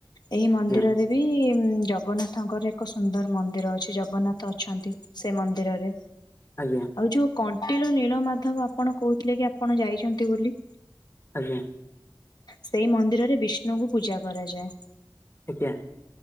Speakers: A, on the left; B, on the left.
A: ଏହି ମନ୍ଦିରରେ
B: ଆଜ୍ଞା
A: ବି ଜଗନ୍ନାଥଙ୍କର ଏକ ସୁନ୍ଦର ମନ୍ଦିର ଅଛି, ଜ ଜଗନ୍ନାଥ ଅଛନ୍ତି ସେ ମନ୍ଦିରରେ,
B: ଆଜ୍ଞା
A: ଆଉ ଯୋଉ କଣ୍ଟିଲୋ ନୀଳ ମାଧବ ଆ ଆପଣ କହୁଥିଲେ କି ଆପଣ ଯାଇଛନ୍ତି ବୋଲି।
B: ଆଜ୍ଞା।
A: ସେଇ ମନ୍ଦିରରେ ବିଷ୍ଣୁଙ୍କୁ ପୂଜା କରାଯାଏ।
B: ଆଜ୍ଞା।